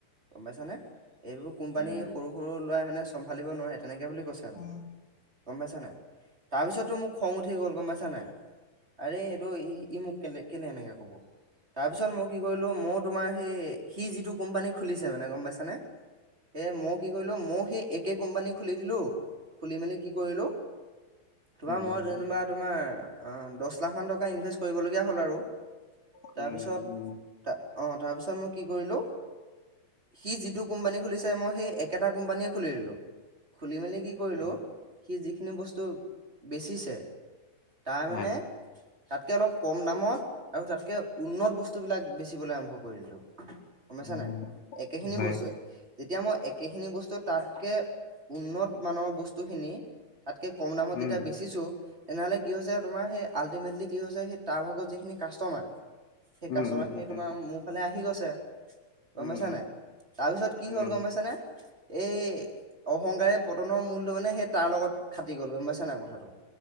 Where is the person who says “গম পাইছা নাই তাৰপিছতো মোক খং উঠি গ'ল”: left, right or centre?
Right